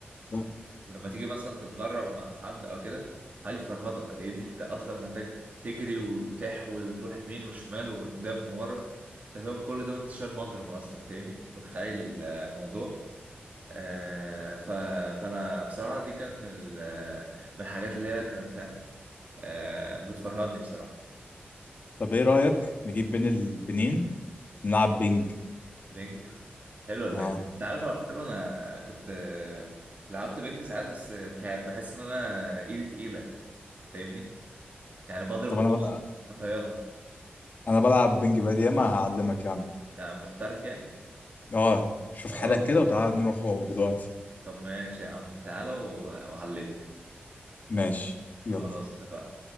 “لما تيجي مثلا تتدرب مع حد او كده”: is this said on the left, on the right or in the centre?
Right